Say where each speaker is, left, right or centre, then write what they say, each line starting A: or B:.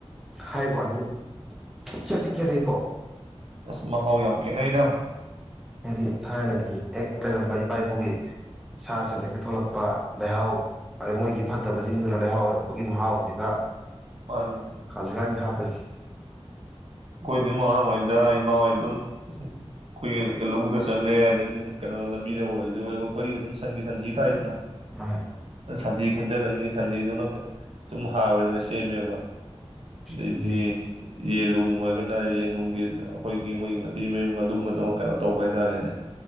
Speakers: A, in the centre; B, on the right.
A: ꯍꯥꯏꯋꯅꯤ ꯈꯦꯠꯇꯤ ꯈꯦꯠꯅꯩꯀꯣ
B: ꯑꯁ ꯃꯍꯥꯎ ꯌꯥꯝ ꯈꯦꯠꯅꯩꯗ
A: ꯍꯥꯏꯗꯤ ꯊꯥꯏꯅꯒꯤ ꯍꯦꯛ ꯂꯩꯔꯝꯕ ꯏꯄꯥ ꯏꯄꯨꯒꯤ ꯁꯥ ꯁꯟꯗꯀꯤ ꯊꯣꯛꯂꯛꯄ ꯂꯩꯍꯥꯎ ꯑꯗꯩ ꯃꯣꯏꯒꯤ ꯐꯠꯇꯕꯁꯤꯡꯗꯨꯅ ꯂꯩꯍꯥꯎ ꯑꯣꯏꯔꯛꯄꯒꯤ ꯃꯍꯥꯎꯁꯤꯒ
B: ꯃꯥꯅꯦ
A: ꯍꯧꯖꯤꯛꯀꯥꯟꯒꯤ ꯍꯥꯞ <unintelligible>
B: ꯑꯩꯈꯣꯏꯗꯤ ꯑꯗꯨꯝ ꯑꯉꯥꯡ ꯑꯣꯏꯉꯩꯗ ꯏꯃꯥ ꯍꯣꯏ ꯑꯗꯨꯝ ꯑꯩꯈꯣꯏꯒꯤ ꯂꯧꯕꯨꯛꯇ ꯆꯠꯂꯦ ꯑꯗꯩꯗꯤ ꯀꯩꯅꯣ ꯂꯝꯕꯤꯗ ꯑꯣꯏꯔꯁꯨ ꯑꯩꯈꯣꯏꯒꯤ ꯑꯗꯨꯝ ꯁꯟꯒꯤ ꯁꯟꯊꯤ ꯇꯥꯏꯗꯅ
A: ꯎꯝ
B: ꯁꯟꯗꯤ ꯈꯨꯟꯖꯤꯜꯂꯅꯤ ꯁꯟꯗꯤꯗꯨꯅ ꯗꯨꯝ ꯍꯥꯥꯔ ꯑꯣꯏꯅ ꯁꯦꯝꯃꯦꯕ ꯗꯦ
A: ꯑꯗꯨꯅꯤ
B: ꯗꯦ ꯌꯦꯂꯨꯝ ꯃꯣꯏꯒꯅ ꯌꯦꯟꯅꯨꯡꯒꯤ ꯑꯩꯈꯣꯏꯒꯤ ꯃꯣꯏꯒꯤ ꯃꯇꯤ ꯃꯌꯨꯡ ꯑꯗꯨꯝꯕꯗꯣ ꯀꯩꯅꯣ ꯇꯧꯕ ꯍꯥꯏꯇꯥꯔꯦꯅꯦ